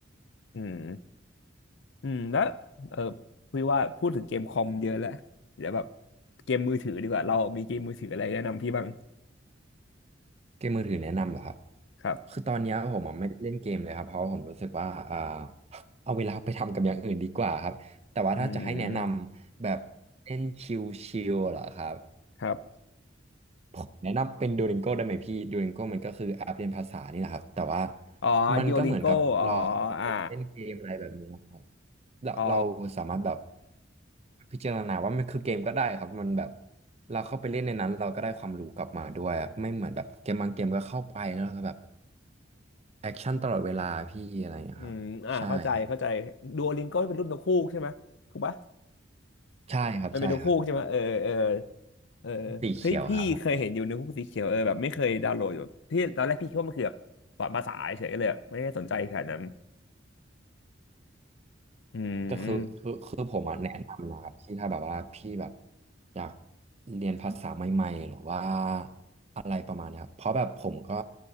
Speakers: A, on the left (about 65°); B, on the right (about 35°).
A: อืม อืมแล้วเออคุยว่าพูดถึงเกมคอมเยอะแล้วเดี๋ยวแบบเกมมือถือดีกว่าเรามีเกมมือถืออะไรแนะนำพี่บ้าง
B: เกมมือถือแนะนำเหรอครับ
A: ครับ
B: คือตอนเนี้ยผมอะไม่ได้เล่นเกมเลยครับเพราะว่าผมรู้สึกว่าอ่าเอาเวลาไปทำกับอย่างอื่นดีกว่าครับ แต่ว่าถ้าจะให้แนะนำแบบเล่นช
A: อืม
B: ิลๆเหรอครับ
A: ครับ
B: ผมแนะนำเป็น Duolingo ได้ไหมพี่ Duolingo มันก็คือแอปเรียนภาษานี่แหละครับแต่ว่า
A: อ๋อดิโอลิงโกอ๋อ
B: มันก็เหมือนกับเรา
A: อ่า
B: ไปเล่นเกมอะไรแบบนี้นะครับเราเราสามารถแบบ
A: อ๋อ
B: พิจารณาว่ามันคือเกมก็ได้ครับมันแบบเราเข้าไปเล่นในนั้นเราก็ได้ความรู้กลับมาด้วยอะไม่เหมือนแบบเกมบางเกมก็เข้าไปแล้วก็แบบแอคชั่นตลอดเวลาพี่อะไรอย่างเงี้ยครับใช่ครับ
A: อืมอ่าเข้าใจเข้าใจดูโอลิงโกเป็นรุ่นักฮูกใช่ไหมถูกปะ
B: ใช่ครับใช่ครับ
A: มันเป็นนกฮูกใช่ไหมเออเออเออ
B: สีเขียวครับ
A: เฮ้ยพี่เคยเห็นอยู่ในกฮูกสีเขียวเออแบบไม่เคยดาวน์โหลดอยู่ที่ตอนแรกพี่คิดว่ามันคือแบบสอนภาษาเฉยๆเลยแบบไม่ได้สนใจขนาดนั้นอืม
B: แต่คือคือคือผมอะแนะนำนะครับที่ถ้าแบบว่าพี่แบบอยากเรียนภาษาใหม่ๆหรือว่าอะไรประมาณเนี้ยครับเพราะแบบผมก็